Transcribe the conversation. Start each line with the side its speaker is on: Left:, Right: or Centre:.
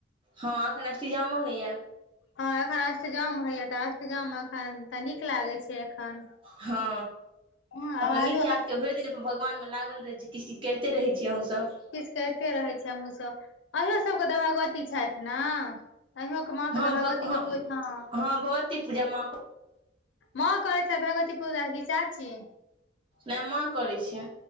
Right: हँ एखन अष्टजामो होइया।
Left: हँ एखन अष्टजाम होइया तऽ अष्टजाम में एखन तऽ नीक लागै छै। एखन
Right: हँ
Left: हँ
Right: अपन
Left: आवाजो
Right: नीक ये आहाॅं
Left: आ
Right: सब के भैर दिन अपन भगवान मे लागल रहै। छी किछ-किछ कैरते रहै छी आहाँ सब-
Left: कैरते रहै छी हमहुॅं सब अहिंयो सबके तऽ भगवती छैथ नऽ? अंहिके माँ
Right: हँ
Left: के तऽ
Right: भग
Left: भगवतीके
Right: हँ
Left: पू हँ।
Right: भगवती पूजा माँ
Left: माॅं करै छैथ भगबती पूजा कि चाची?
Right: नै माँ करै छैय।